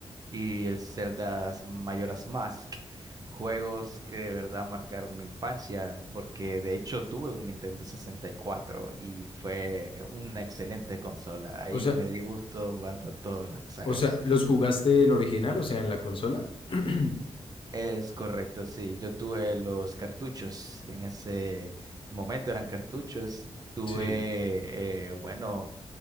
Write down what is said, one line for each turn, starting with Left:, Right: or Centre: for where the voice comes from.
Right: y el Zelda Majora's Mask, juegos que de verdad marcaron mi infancia, porque de hecho tuve un Nintendo 64 y cuatro y fue una excelente consola. Ahí
Left: O sea,
Right: me di gusto jugando a todas las sagas.
Left: o sea, ¿los jugaste en original? O sea, en la consola. <clears throat>
Right: Es correcto, sí. Yo tuve los cartuchos. En ese momento eran cartuchos. Tuve,
Left: Sí,
Right: eh, bueno.